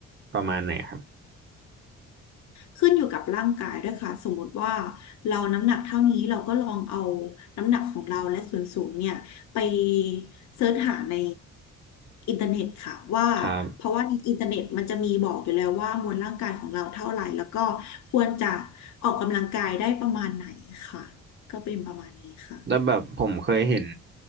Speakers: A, on the right; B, on the left.
A: ประมาณไหนครับ
B: ขึ้นอยู่กับร่างกายด้วยค่ะสมมติว่าเราน้ำหนักเท่านี้เราก็ลองเอาน้ำหนักของเราและส่วนสูงเนี่ยไปเสิร์ชหาในอินเทอร์เน็ตค่ะว่า
A: ครับ
B: เพราะว่าในอินเทอร์เน็ตมันจะมีบอกอยู่แล้วว่ามวลร่างกายของเราเท่าไหร่แล้วก็ควรจะออกกำลังกายได้ประมาณไหนค่ะก็เป็นประมาณนี้ค่ะ
A: แล้วแบบผมเคยเห็น